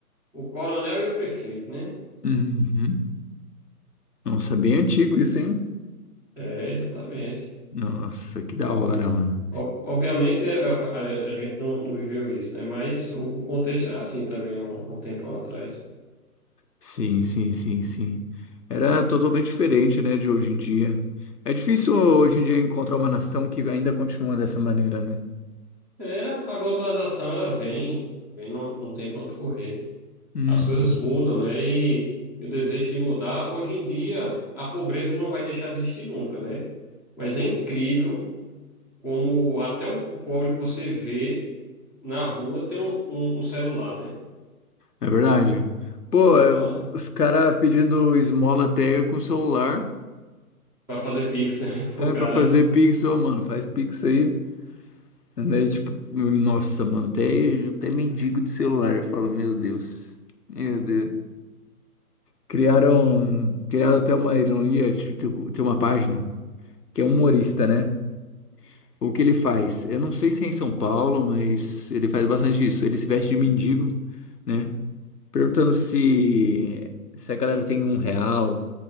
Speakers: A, in the centre; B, on the left.
A: O coronel e o prefeito, né?
B: Uhum. Nossa, bem antigo isso, hein?
A: É, exatamente.
B: Nossa, que da hora, mano.
A: Ob- Obviamente, é, é, a, a gente não, não viveu isso, né? Mas o, o contexto era assim também há um, há um tempo atrás.
B: Sim, sim, sim, sim. Era totalmente diferente, né, de hoje em dia. É difícil hoje em dia encontrar uma nação que ainda continua dessa maneira, né?
A: É, a globalização, ela vem, vem não, não tem para onde correr.
B: Hum,
A: As coisas mudam, né? E, e o desejo de mudar, hoje em dia, a pobreza não vai deixar de existir nunca, né? Mas é incrível como até o, o pobre que você vê na rua tem um, um, um celular, né?
B: é verdade. Pô,
A: Então,
B: é, os caras pedindo esmola até com o celular,
A: para fazer pix, né, <laughs> pro
B: é,
A: cara.
B: pra fazer pix, ô, mano, faz pix aí. Daí, tipo, nossa, mano, até, até mendigo de celular, eu falo, meu Deus. Meu Deus. Criaram, criaram até uma ironia, tipo, tem uma página que é humorista, né? O que ele faz? Eu não sei se é em São Paulo, mas ele faz bastante isso. Ele se veste de mendigo, né? Perguntando se, se a galera tem um real,